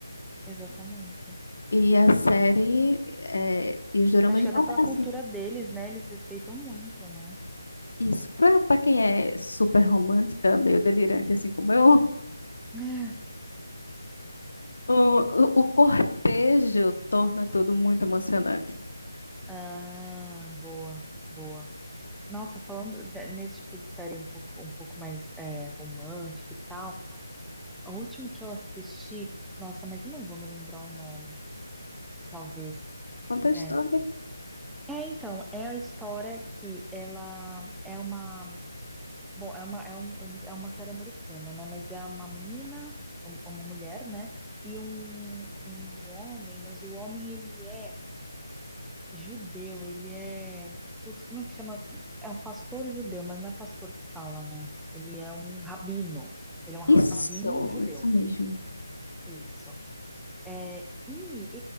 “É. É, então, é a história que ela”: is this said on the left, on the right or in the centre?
Centre